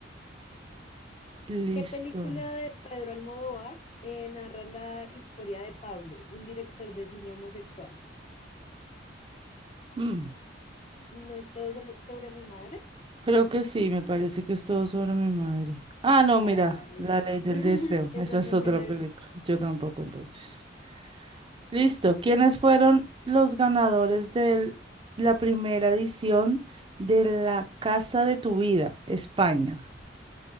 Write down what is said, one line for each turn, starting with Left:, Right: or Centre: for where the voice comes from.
Right: listo.
Left: ¿Qué película de Pedro Almodóvar eh, narra la historia de Pablo, un director de cine homosexual?
Right: Mm,
Left: ¿No es todo sobre, sobre mi madre?
Right: creo que sí, me parece que es todo sobre mi madre. Ah, no, mira,
Left: Ay,
Right: La
Left: no.
Right: Ley del
Left: <laughs>
Right: Deseo.
Left: Esa
Right: Esa es
Left: no
Right: otra
Left: me la he
Right: película.
Left: visto.
Right: Yo tampoco, entonces. Listo. ¿Quiénes fueron los ganadores de la primera edición de La Casa de tu Vida, España?